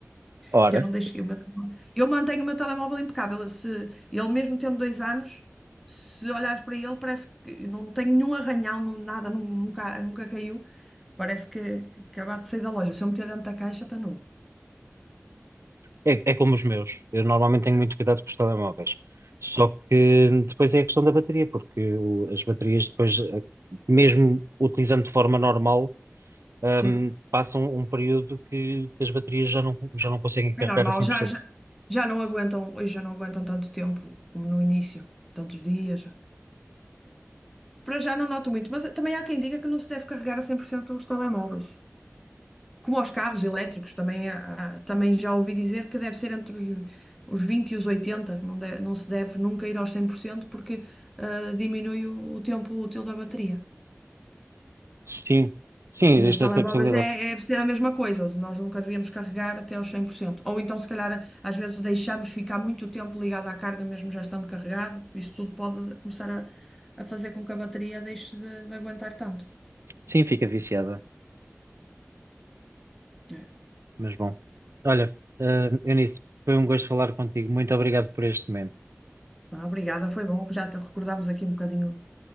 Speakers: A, on the right; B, in the centre.
A: Ora,
B: Porque eu não deixo. O meu telemóvel- eu mantenho o meu telemóvel impecável. Se, ele mesmo tendo dois anos, se olhares para ele, parece que não tem nenhum arranhão, não- nada, nu- nunca, nunca caiu. Parece que, que acabou de sair da loja. Se eu meter dentro da caixa, está novo.
A: é, é como os meus. Eu normalmente tenho muito cuidado com os telemóveis. Só que depois é a questão da bateria, porque o- as baterias depois, eh, mesmo utilizando de forma normal, ahm,
B: Sim.
A: passam um período que as baterias já não, já não conseguem carregar
B: É normal,
A: a 100%.
B: já, já, já não aguentam, hoje já não aguentam tanto tempo como no início, tantos dias. Para já não noto muito, mas também há quem diga que não se deve carregar a 100% os telemóveis. Como aos carros elétricos, também, há- há- também já ouvi dizer que deve ser entre os, os 20 e os 80, que não, de- não se deve nunca ir aos 100% porque ah, diminui o, o tempo útil da bateria.
A: Sim, sim, existe
B: E nos telemóveis
A: essa possibilidade.
B: é, é deve ser a mesma coisa, nós nunca devíamos carregar até aos 100%. Ou então, se calhar, às vezes deixamos ficar muito tempo ligado à carga, mesmo já estando carregado. Isso tudo pode começar a, a fazer com que a bateria deixe de, de aguentar tanto.
A: Sim, fica viciada,
B: É.
A: mas bom. Olha, eh, Eunice, foi um gosto falar contigo. Muito obrigado por este momento,
B: Ah, obrigada, foi bom, já te recordámos aqui um bocadinho